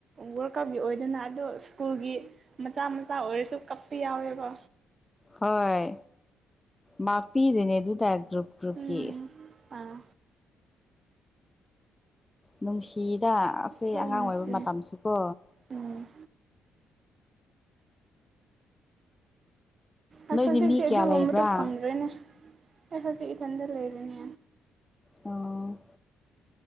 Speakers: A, on the right; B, on the left.
A: ꯋꯥꯔꯜ ꯀꯞꯀꯤ ꯑꯣꯏꯗꯅ ꯑꯗꯣ ꯁ꯭ꯀꯨꯜꯒꯤ ꯃꯆꯥ ꯃꯆꯥ ꯑꯣꯏꯔꯁꯨ ꯀꯞꯄ ꯌꯥꯎꯋꯦꯕ
B: ꯍꯣꯏ ꯃꯥꯛ ꯄꯤꯗꯣꯏꯅꯦ ꯗꯨꯗ ꯒ꯭ꯔꯨꯞꯀꯤ
A: ꯎꯝ ꯑꯥ
B: ꯅꯨꯡꯁꯤꯗ ꯑꯩꯈꯣꯏ
A: ꯍꯣꯏ
B: ꯑꯉꯥꯡ
A: ꯅꯨꯡꯁꯤ
B: ꯑꯣꯏꯕ ꯃꯇꯝꯁꯨ ꯀꯣ꯫
A: ꯎꯝ꯫ ꯑꯁ
B: ꯅꯣꯏꯗꯤ
A: ꯍꯧꯖꯤꯛꯇꯤ
B: ꯃꯤ ꯀꯌꯥ
A: ꯑꯗꯨꯒꯨꯝꯕꯗꯣ
B: ꯂꯩꯕ꯭ꯔꯥ
A: ꯐꯪꯗ꯭ꯔꯦꯅꯦ ꯑꯩ ꯍꯧꯖꯤꯛ ꯏꯊꯟꯗ ꯂꯩꯔꯦꯅꯦ꯫
B: ꯎꯝ